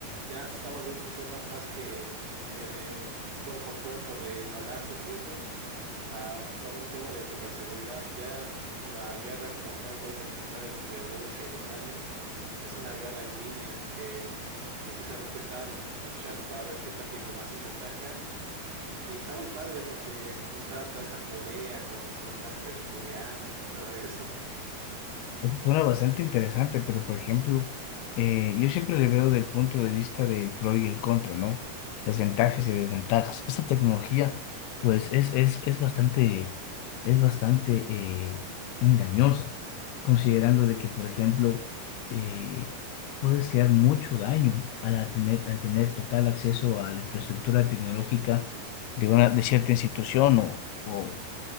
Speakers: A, on the right; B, on the left.
A: Ya se está volviendo un tema más que, que de cuerpo a cuerpo, de balazos y eso, a, a un tema de ciberseguridad. Ya la guerra como tal, ahorita que está entre Rusia y Ucrania, es una guerra en línea que precisamente están luchando para ver qué tanta información se saca. Y está muy padre porque está hasta esta Corea con sus hackers coreanos y todo eso.
B: Suena bastante interesante, pero por ejemplo, eh, yo siempre le veo del punto de vista del pro y el contra, ¿no? Las ventajas y desventajas. Esta tecnología, pues, es, es, es bastante, es bastante eh, engañosa, considerando de que, por ejemplo, eh, puedes crear mucho daño al a tener, al tener total acceso a la infraestructura tecnológica de una, de cierta institución o, o